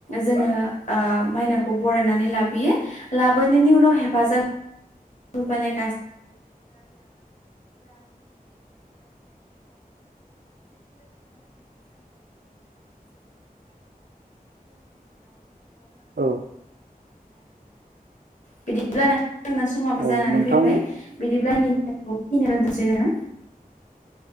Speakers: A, on the left; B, on the right.
A: जोङो ओ। माइनावखौ बरायनानै लाबोयो लाबोनायनि उनाव हेफाजाब। ‌ <unintelligible> <unintelligible> नोंथां
B: औ
A: बिदिब्ला नोंथांनावसो। समाबो
B: औ
A: जानानै
B: नोंथां
A: फैबाय बिदिब्ला निमथांखौ। इनरान थासैनोंयो।